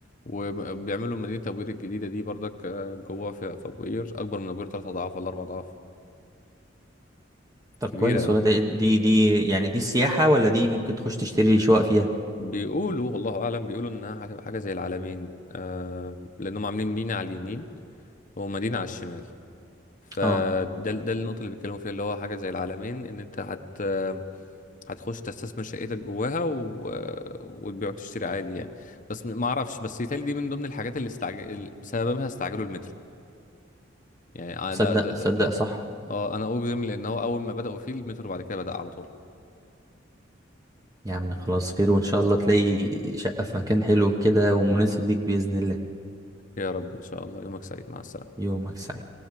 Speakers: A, on the left; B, on the right.
A: وبيعملوا مدينة أبو قير الجديدة دي برضك آه، جوه في في أبو قير أكبر من أبو قير تلات أضعاف ولا أربع أضعاف
B: طب
A: كبيرة
B: كويس
A: أوي
B: ولا تق- دي دي يعني دي سياحة ولا دي ممكن تخش تشتري شقق فيها
A: بيقولوا والله اعلم بيقولوا انها هتبقى حاجه زي العلمين آه لانهم عاملين مينا على اليمين ومدينه على الشمال فده
B: اه
A: ده النقطه اللي بيتكلموا فيها اللي هو حاجه زي العلمين ان انت هت هتخش تستثمر شقتك جواها و... وتبيع وتشتري عادي يعني بس ما اعرفش بس يتهيألي دي من ضمن الحاجات اللي استعجل بسببها استعجلوا المترو يعني آه،
B: صدق
A: ده ده ده,
B: صدق
A: ده.
B: صح
A: اه انا اجزم لان هو اول ما بدأوا فيه المترو بعد كده بدأ على طول
B: يا عم خلاص خير وان شاء الله تلاقي شقة في مكان حلو كده ومناسب ليك بإذن الله
A: يا رب ان شاء الله يومك سعيد مع السلامه
B: يومك سعيد